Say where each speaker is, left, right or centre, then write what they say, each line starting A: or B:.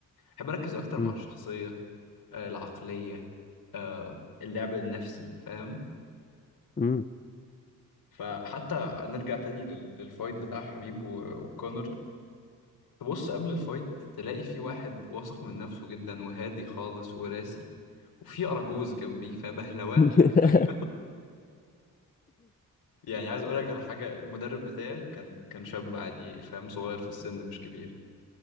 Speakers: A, on the left; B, on the left.
A: بحب اركز اكتر
B: مم.
A: مع الشخصيه آه، العقليه آه، اللعب النفسي فاهم
B: مم.
A: فحتى نرجع تاني لل- للفايت بتاع حبيب و- وكونر تبص قبل الفايت تلاقي في واحد واثق من نفسه جدا وهادي خالص وراسي وفي اراجوز جنبيه فبهلوان
B: <laughs>
A: حرفيا يعني عايز اقول لك على حاجه المدرب بتاعي كان كان شاب عادي فاهم صغير في السن مش كبير